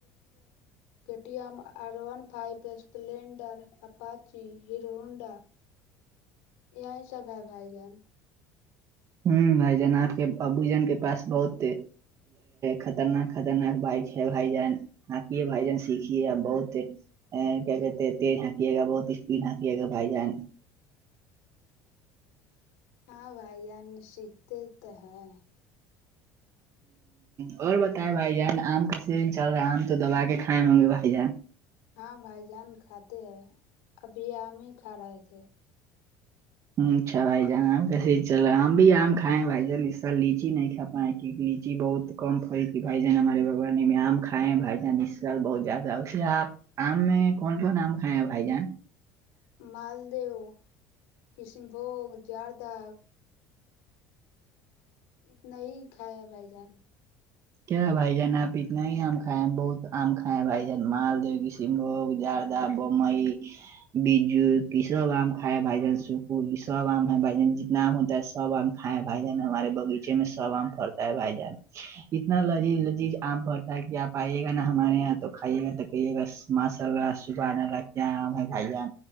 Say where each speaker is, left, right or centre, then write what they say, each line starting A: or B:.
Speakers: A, on the left; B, on the right.
A: ٹی ایم اور ون فائیو اسپلینڈر پاچی ہیر ہونڈا یہی سب ہے بھائی جان
B: ہوں بھائی جان آپ کے ابو جن کے پاس بہت تھے خطرناک خطرناک بائک ہے بھائی جان آکے بھائی جان سیکھیے آپ بہت ا کیا کہتے ہیں تیز ہکیے گا بہت اسپڈ ہکیے گا بھائی جان
A: ہاں بھائی جان سیکھتے تو ہے
B: اور بتائے بھائی جان آم کا سیزن چل رہا ہے آم تو دبا کے کھائے ہوں گے بھائی جان
A: ہاں بھائی جان کھاتے ہیں ابھی آام ہی کھا رہے تھے
B: اچھاھائی جان کی چل ہم بھی آم کائے بھائی جان اس س لیچی نہیں کا پائے کیوںکہ لیچی بہت کم پھڑی تھی بھائی جان ہمارے بگان میں آم کھائے ہیں بھائی جان اس سال بہت زیادہ اسے آپ آم میں کون کون آم کھائے ہیں بھائی جان
A: مالدیو کشن بھوگ اردہ اتنا ہی کھایا بھائی جان
B: کیا بھائی جان آپ اتنا ہی آم کھائے ہیں بہت آم کھائے ہیں بھائی جان مال د شملوگ جاردہ بمبئی بجو یہ سب آم کائے بھائی جان سپ سب آم ہے بھ جان جتنا آم ہوتا ہے سب آم کھائے ہیں بھائی جان ہمارے بغیچے میں سب آم پرتا ہے بھائی جان اتنا لذیذ لذیذ آم پڑتا ہے کہ آپ آئیے گا نا ہمارے یہاں تو کھائیے گا کہے ب ماشاء اللہ صبح آنے لگ کیاام ہے بھائی جان